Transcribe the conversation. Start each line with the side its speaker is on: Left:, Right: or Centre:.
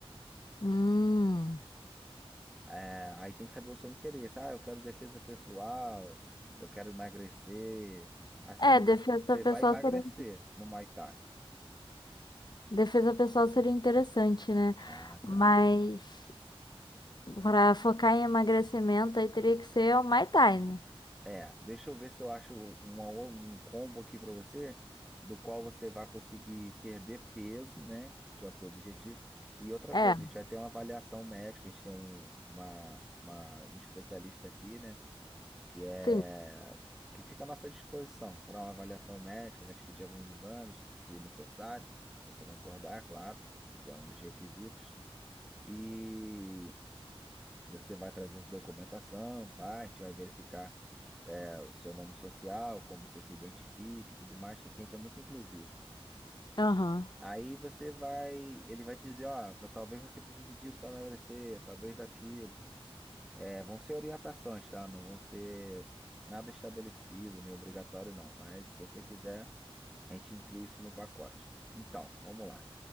Left: Hum.
Centre: É, aí tem que saber o seu interesse. Ah, eu quero defesa pessoal, eu quero emagrecer. Assim,
Left: É, defesa
Centre: você
Left: pessoal
Centre: vai emagrecer
Left: seria,
Centre: no Muay Thai.
Left: defesa pessoal seria interessante, né?
Centre: Ah,
Left: Mas
Centre: tá.
Left: para focar em emagrecimento aí teria que ser o Muay Thai, né?
Centre: É, deixa eu ver se eu acho uma ou- um combo aqui pra você, do qual você vai conseguir perder peso, né? Que é o seu objetivo. E outra
Left: É,
Centre: coisa, a gente vai ter uma avaliação médica, a gente tem um, uma, uma- um especialista aqui, né? que é
Left: sim.
Centre: que fica à nossa disposição para uma avaliação médica, vai te pedir alguns exames, se necessário, se você concordar, claro, que é um dos requisitos. E você vai trazer sua documentação, parte, vai verificar é, o seu nome social, como você se identifica e tudo mais, que aqui a gente é muito inclusivo.
Left: Aham.
Centre: Aí você vai, ele vai dizer, ó, talvez você precise disso para emagrecer, talvez daquilo. É, vão ser orientações, tá? Não vão ser nada estabelecido, nem obrigatório, não. Mas se você quiser, a gente inclui isso no pacote. Então, vamos lá.